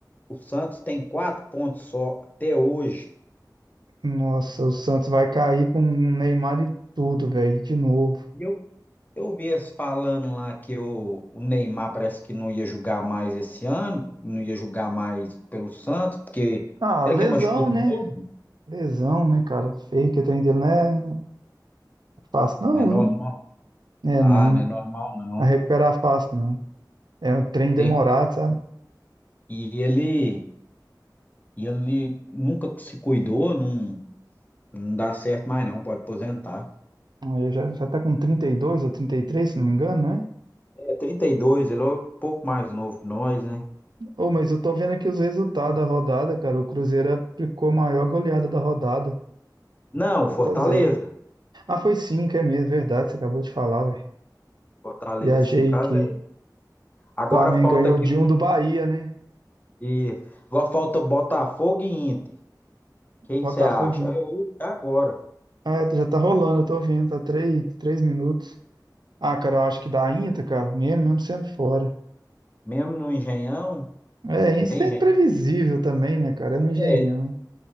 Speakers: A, on the left; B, on the right.
A: o Santos tem quatro pontos só até hoje.
B: Nossa, o Santos vai cair com o Neymar e tudo, velho, de novo.
A: E Eu, eu vi eles falando lá que o, o Neymar parece que não ia jogar mais esse ano, não ia jogar mais pelo Santos, porque
B: Ah,
A: será
B: lesão,
A: que ele machucou de
B: né?
A: novo?
B: Lesão, né, cara? Feio que tem dele não é fácil, não,
A: Não é normal.
B: viu? É,
A: Ah,
B: não.
A: não é normal não.
B: A recuperar fácil, não. É um trem demorado,
A: Tem,
B: sabe?
A: e ele, e ele nunca se cuidou, não Não dá certo mais não, pode aposentar.
B: Ele já, já tá com 32 ou 33, se não me engano, não é?
A: É trinta e dois ele é um pouco mais novo que nós, né?
B: Ô, mas eu tô vendo aqui os resultados da rodada, cara. O Cruzeiro aplicou a maior goleada da rodada.
A: Não, Fortaleza.
B: quatro a zero. Ah, foi 5, é mesmo, verdade. Você acabou de falar, velho.
A: Fortaleza
B: Viajei
A: cinco
B: aqui.
A: a 0. Agora
B: Flamengo
A: falta
B: ganhou
A: aqui.
B: de um do Bahia, né?
A: Isso. Agora falta Botafogo e Inter. Quem
B: Botafogo
A: você acha? É hoje, é agora.
B: É, já tá rolando, eu tô vendo, tá três, três minutos. Ah, cara, eu acho que dá Inter, cara, mesmo, mesmo sendo fora.
A: Mesmo no Engenhão,
B: É, isso
A: é Engenhão.
B: é imprevisível também, né, cara? É no Engenhão.
A: É,